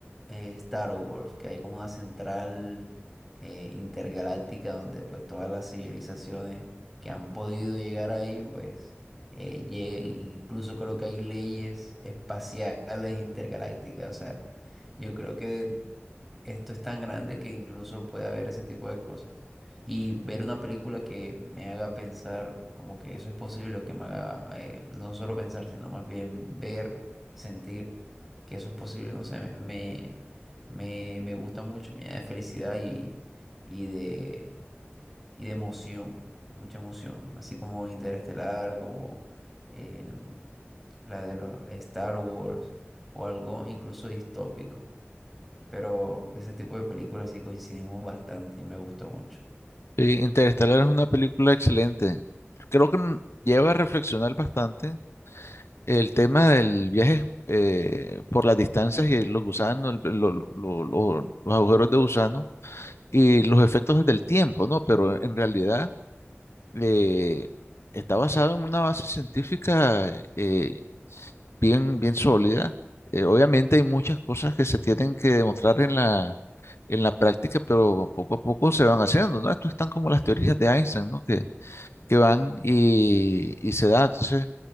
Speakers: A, in the centre; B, on the left.
A: eh, Star Wars, que hay como una central eh, intergaláctica donde pues todas las civilizaciones que han podido llegar ahí, pues eh, lleguen. Incluso creo que hay leyes espaciales intergalácticas. O sea, yo creo que esto es tan grande que incluso puede haber ese tipo de cosas. Y ver una película que me haga pensar como que eso es posible, o que me haga eh, no solo pensar, sino más bien ver, sentir que eso es posible, no sé, me, me, me- me gusta mucho, me llena de felicidad y, y de, y de emoción, mucha emoción, así como Interestelar, como eh, la de los Star Wars o algo incluso distópico. Pero de ese tipo de películas sí coincidimos bastante y me gustó mucho.
B: Sí, Interestelar es una película excelente. Creo que n- lleva a reflexionar bastante el tema del viaje eh, por las distancias y los gusanos, el- lo- lo- lo- los agujeros de gusano y los efectos del tiempo, ¿no? Pero en realidad eh, está basado en una base científica eh, bien, bien sólida. Eh, obviamente hay muchas cosas que se tienen que demostrar en la, en la práctica, pero poco a poco se van haciendo, ¿no? Esto están como las teorías de Einstein, ¿no? Que que van y, y se da. Entonces,